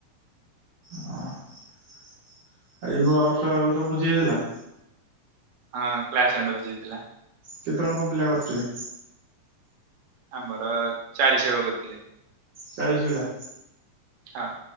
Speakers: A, on the right; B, on the right.
A: ହଁ ଆଉ ଯୋଉ ନୂଆ ବର୍ଷ ଆଗ ସବୁ ଭୋଜିି ହେଇଥିଲା?
B: ହଁ କ୍ଲାସ ଅଣ୍ଡ ଭୋଜି ହେଇଥିଲା।
A: କେତେ ଜଣ କଣ ପିଲା କରିଥିଲେ?
B: ଆମର ଚାଳିଶି ଜଣ କରିଥିଲେ।
A: ଚାଳିଶି ପିଲା
B: ହଁ